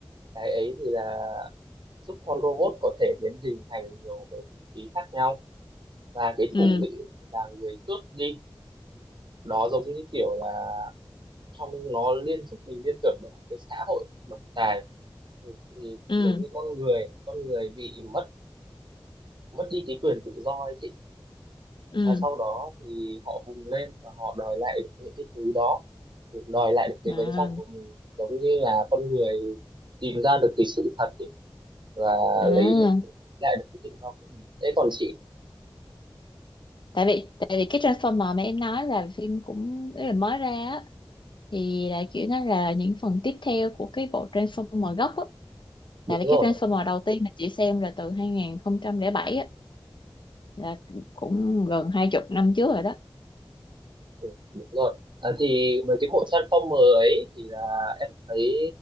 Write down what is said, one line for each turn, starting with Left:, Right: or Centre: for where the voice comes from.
Right: cái ấy thì là giúp con robot có thể biến hình thành nhiều cái vũ khí khác nhau và cái
Left: ừ
Right: thủ lĩnh là người cướp đi đó giống như kiểu là trong nó liên giúp mình liên tưởng đến một cái xã hội độc tài thì thì
Left: ừ
Right: giống như con người con người bị mất mất đi cái quyền tự do ấy chị
Left: ừ
Right: và sau đó thì họ vùng lên và họ đòi lại được những cái thứ đó đòi lại được cái
Left: à,
Right: bánh răng của mình giống như là con người tìm ra được cái sự thật ấy, và
Left: à.
Right: lấy lại được cái tự do của mình thế còn chị
Left: tại vì tại vì cái Transformer mà em nói là phim cũng ý là mới ra á thì là kiểu nó là những phần tiếp theo của cái bộ Transformer gốc á
Right: đúng
Left: tại vì cái
Right: rồi
Left: Transformer đầu tiên mà chị xem là từ 2007 á là cũng gần hai chục năm trước rồi đó
Right: ừ, đúng rồi à, thì mấy cái bộ Transformer ấy thì là em thấy